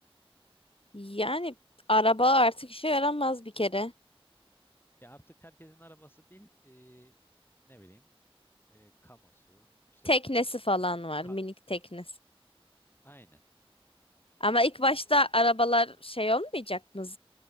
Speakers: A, on the left; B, on the left.
A: Yani araba artık işe yaramaz bir kere.
B: Ya artık herkesin arabası değil e, ne bileyim e, kanosu işte
A: Teknesi falan var,
B: ka-
A: minik teknesi.
B: aynen.
A: Ama ilk başta arabalar şey olmayacak mı?